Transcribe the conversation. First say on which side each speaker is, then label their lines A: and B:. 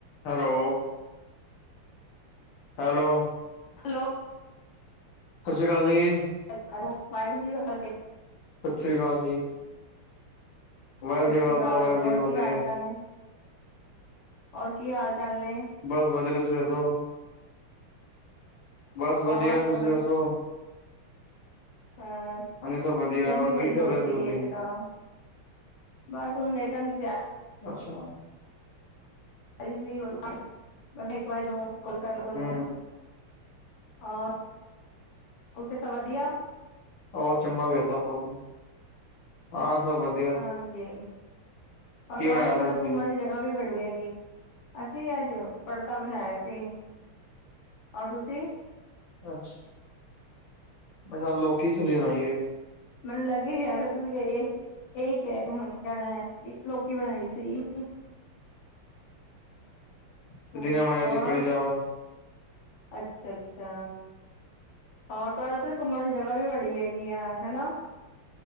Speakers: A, on the left (about 60°); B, on the left (about 90°).
A: ਹੈਲੋ। ਹੈਲੋ।
B: ਹਲੋ।
A: ਸਸੀਕਾਲ ਜੀ।
B: ਅਈ ਐਲੋ, ਵਾਹਿਗੁਰੂ ਜੀ ਕਾ ਖਾਲਸਾ
A: ਸਤ ਸਰੀ ਕਾਲ ਜੀ। ਵਾਹਿਗੁਰੂ
B: ਸਤ
A: ਜੀ ਕਾ
B: ਸ੍ਰੀ
A: ਖਾਲਸਾ
B: ਕਾਲ,
A: ਵਾਹਿਗੁਰੂ
B: ਔਰ
A: ਜੀ
B: ਕੀ
A: ਫਤਿਹ
B: ਹਾਲ-ਚਾਲ ਨੇ? ਔਰ ਕੀ ਹਾਲ-ਚਾਲ ਨੇ?
A: ਬਸ ਵਧੀਆ, ਤੁਸੀਂ ਦੱਸੋ? ਬਸ ਵਧੀਆ,
B: ਔਰ
A: ਤੁਸੀਂ
B: ਸਭ
A: ਦੱਸੋ?
B: ਹਾਸ,
A: ਹਾਂਜੀ ਸਭ ਵਧੀਆ
B: ਗਰਮੀ
A: ਹੋਰ
B: ਬੜੀ
A: ਕੀ
B: ਹੋਈ
A: ਕਰ ਰਹੇ ਸੀ
B: ਪਈ
A: ਤੁਸੀਂ
B: ਏ ਇੱਥੇ ਤਾਂ। ਬਸ ਹੁਣ ਲੇਟਨ ਦੀ ਤਿਆਰ
A: ਅੱਛਾ।
B: ਰੀ ਸੀ, ਬਸ ਇੱਕ ਵਾਰੀ ਲੋਂਗ ਕੋਲ ਕਰ ਲਾ ਤੁਆਨੂੰ
A: ਹੂੰ
B: ਔਰ, ਉੱਥੇ ਸਭ ਵਧੀਆ‌?
A: ਹੋਰ ਚੰਗਾ ਕੀਤਾ ਕੋਲ ਕਰ ਹਾਂ, ਸਭ ਵਧੀਆ।
B: ਹਾਂਜੀ, ਓਰ
A: ਕੀ
B: ਤੁਆਡੇ
A: ਬਣਾਇਆ
B: ਉੱਥੇ ਤਾਂ
A: ਤੁਸੀਂ
B: ਘੁੰਮਣ ਦੀ ਜਗ੍ਹਾ ਵੀ ਬੜੀ ਹੈਗੀ ਏ। ਅਸੀਂ ਅੱਜ ਪੜਤਾ ਬਣਾਇਆ ਸੀ। ਔਰ ਤੁਸੀਂ?
A: ਅੱਛਾ। ਮੈਖਾ ਲੋਕੀ ਸਬਜ਼ੀ ਬਣਾਈ ਏ।
B: ਮੈਨੂੰ ਲੱਗ ਹੀ ਰਿਹਾ ਹੀ ਤੁਸੀਂ ਕੇ ਯੇਇਕ ਏਈ ਕੇਐ, ਹੂੰ, ਕੈਣੈ ਕਿ ਲੋਕੀ ਬਣਾਈ ਸੀ।
A: <inaudible>
B: ਹਾਂ
A: ਦਿਨੇ ਬਣਾਏ ਸੀ
B: ਔਰ
A: ਕੜੀ ਚਾਵਲ।
B: ਅੱਛਾ-ਅੱਛਾ, ਔਰ ਤੁਐਡੇ ਉੱਧਰ ਘੁੰਮਣ ਦੀ ਜਗ੍ਹਾ ਵੀ ਬੜੀ ਹੈਗੀ ਆ, ਹੈਨਾ।